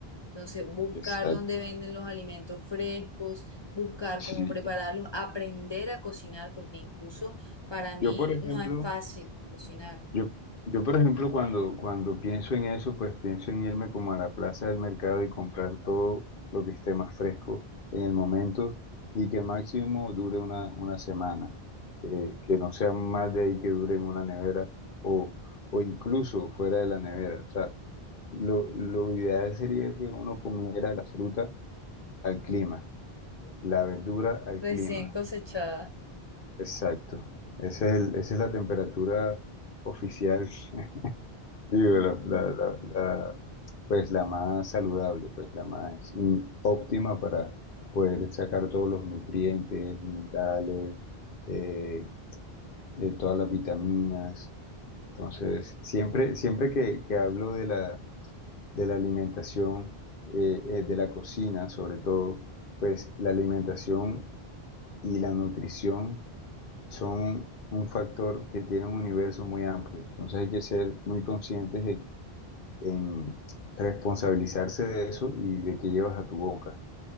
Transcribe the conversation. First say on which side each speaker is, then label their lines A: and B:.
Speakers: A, on the left; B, on the left.
A: Entonces, buscar
B: Exacto.
A: dónde venden los alimentos frescos, buscar
B: Sí,
A: cómo prepararlos, aprender a cocinar, porque incluso para mí
B: yo, por ejemplo,
A: no es fácil cocinar.
B: Yo, yo, por ejemplo, cuando, cuando pienso en eso, pues pienso en irme como a la plaza del mercado y comprar todo lo que esté más fresco en el momento y que máximo dure una, una semana, eh, que no sea más de ahí que dure en una nevera o, o incluso fuera de la nevera. O sea, lo, lo ideal sería que uno comiera la fruta al clima, la verdura al
A: Recién
B: clima.
A: cosechada.
B: Exacto. Ese es el- esa es la temperatura oficial <laughs> Digo,
A: Ujú.
B: la, la- la- la- pues la más saludable, pues la más in- óptima para poder sacar todos los nutrientes, minerales, eh, eh, todas las vitaminas. Entonces, siempre, siempre que, que hablo de la, de la alimentación, eh, eh, de la cocina sobre todo, pues la alimentación y la nutrición son un factor que tiene un universo muy amplio. Entonces hay que ser muy conscientes en responsabilizarse de eso y de qué llevas a tu boca.